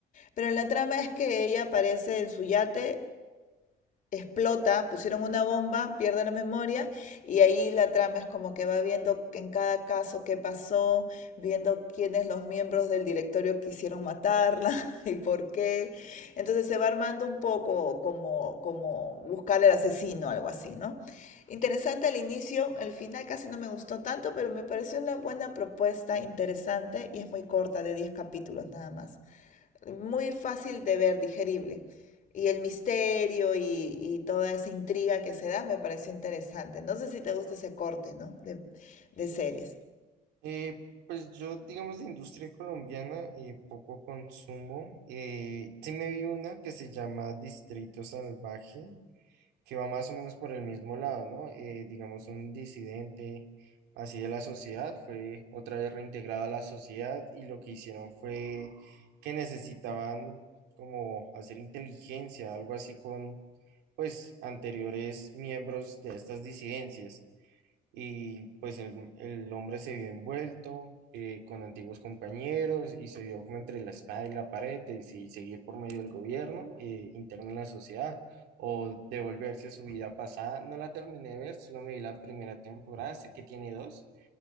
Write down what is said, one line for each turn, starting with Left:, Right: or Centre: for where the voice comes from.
Left: Pero la trama es que ella aparece en su yate explota, pusieron una bomba, pierde la memoria y ahí la trama es como que va viendo en cada caso qué pasó, viendo quiénes los miembros del directorio quisieron matarla <laughs> y por qué. Entonces se va armando un poco como, como buscar al asesino, algo así, ¿no? Interesante al inicio, el final casi no me gustó tanto, pero me pareció una buena propuesta, interesante y es muy corta, de 10 capítulos nada más muy fácil de ver, digerible. Y el misterio y, y toda esa intriga que se da me pareció interesante. No sé si te gusta ese corte, ¿no? De, de series.
Right: Eh, pues yo, digamos, de industria colombiana y poco consumo. Eh, sí me vi una que se llama Distrito Salvaje, que va más o menos por el mismo lado, ¿no? Eh, digamos, un disidente así de la sociedad fue otra vez reintegrado a la sociedad y lo que hicieron fue que necesitaban como hacer inteligencia, algo así con, pues, anteriores miembros de estas disidencias y pues el, el hombre se vio envuelto eh, con antiguos compañeros y se vio como entre la espada y la pared de si seguir por medio del gobierno eh, interno en la sociedad o devolverse a su vida pasada. No la terminé de ver, solo me vi la primera temporada, sé que tiene dos,